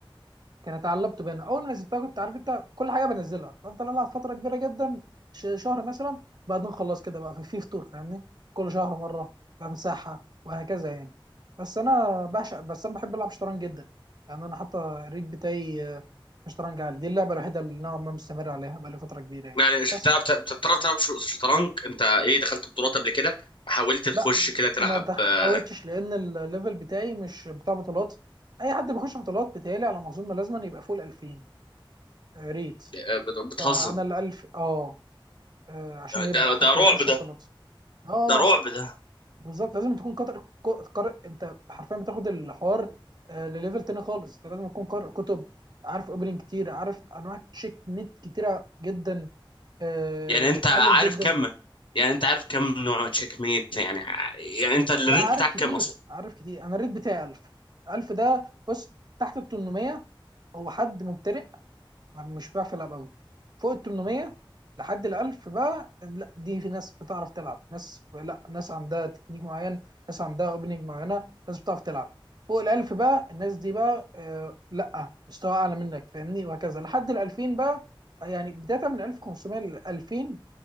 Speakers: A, on the right (about 50°); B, on the left (about 65°).
A: كانت على اللابتوب هنا اول ما نزلتها كنت عارف انت كل حاجه بنزلها بفضل العب فتره كبيره جدا ش- شهر مثلا وبعدين خلاص كده بقى في في فطور فاهمني كل شهر مره بمسحها وهكذا يعني بس انا بعشق بس انا بحب العب شطرنج جدا يعني انا حتى الريت بتاعي آه، شطرنج عالي دي اللعبه الوحيده اللي نوعا ما مستمر عليها بقى لي فتره كبيره يعني
B: يعني شفت
A: بس
B: بتلعب بت- بتعرف تلعب شو- شطرنج انت ايه دخلت بطولات قبل كده حاولت
A: لا
B: تخش كده تلعب
A: ما دخ-
B: آه
A: حاولتش لان الليفل بتاعي مش بتاع بطولات اي حد بيخش بطولات بتهيألي على ما اظن لازم يبقى فوق ال 2000 آه، ريت
B: آه، بت- بتهزم
A: فانا ال 1000 اه آه، عشان يبدأ
B: ده
A: حتى
B: ده رعب
A: يخش
B: ده
A: بطولات اه
B: ده رعب ده
A: بالظبط لازم تكون قارئ ك- قارئ انت حرفيا بتاخد الحوار آه، لليفل تاني خالص انت لازم تكون قارئ كتب عارف اوبننج كتير عارف انواع تشيك نت كتيره جدا آه،
B: يعني
A: بتحلل
B: انت عارف
A: جدا
B: كم يعني انت عارف كم نوع تشيك ميت يعني ع- يعني انت الريت
A: لا عارف
B: بتاعك
A: كتير
B: كام اصلا
A: عارف كتير انا الريت بتاعي 1000 1000 ده بص تحت ال 800 هو حد مبتدئ ما- مش بيعرف يلعب قوي فوق ال 800 لحد ال 1000 بقى لا دي في ناس بتعرف تلعب ناس لا ناس عندها تكنيك معين ناس عندها اوبننج معينه ناس بتعرف تلعب فوق ال 1000 بقى الناس دي بقى آه لا مستوى اعلى منك فاهمني وهكذا لحد ال 2000 بقى يعني بدايه من 1500 ل 2000